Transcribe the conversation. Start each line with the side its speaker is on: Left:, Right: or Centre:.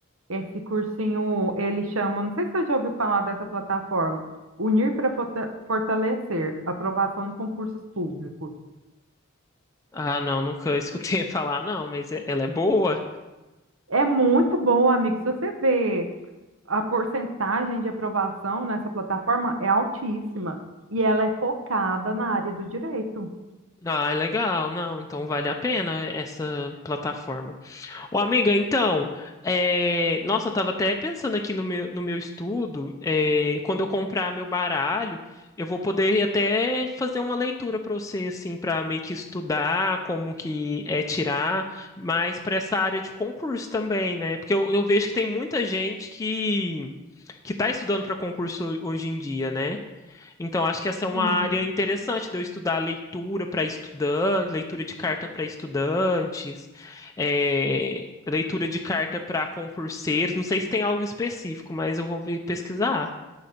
Right: Esse cursinho, ele chama, não sei se você já ouviu falar dessa plataforma, Unir para Forta- Fortalecer, Aprovação em Concursos Públicos.
Left: Ah, não, nunca escutei <laughs> falar, não, mas e- ela é boa?
Right: É muito bom, amigo. Se você vê a porcentagem de aprovação nessa plataforma é altíssima e ela é focada na área do direito.
Left: Ah, é legal, não, então vale a pena essa plataforma. Ô, amiga, então, é, nossa, eu tava até pensando aqui no meu, no meu estudo, é, quando eu comprar meu baralho, eu vou poder até fazer uma leitura para você, assim, para meio que estudar como que é tirar, mas para essa área de concurso também, né? Porque eu, eu vejo que tem muita gente que, que tá estudando para concurso hoje em dia, né? Então, acho que essa é uma
Right: Sim.
Left: área interessante de eu estudar leitura para estudantes, leitura de carta para estudantes, eh, leitura de carta para concurseiros. Não sei se tem algo específico, mas eu vou ver- pesquisar.